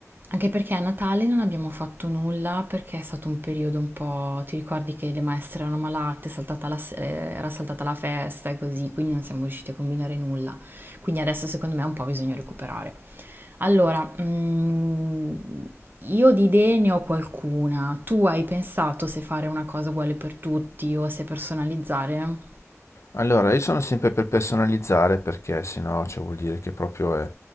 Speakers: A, on the right (about 40°); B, on the left (about 60°).
A: Anche perché a Natale non abbiamo fatto nulla perché è stato un periodo un po'... Ti ricordi che le maestre erano malate, è saltata la se- eh, era saltata la festa e così, quindi non siamo riusciti a combinare nulla. Quindi adesso secondo me un po' bisogna recuperare. Allora, mm, io di idee ne ho qualcuna. Tu hai pensato se fare una cosa uguale per tutti o se personalizzare?
B: Allora, io sono sempre per personalizzare perché sennò cioè, vuol dire che proprio è-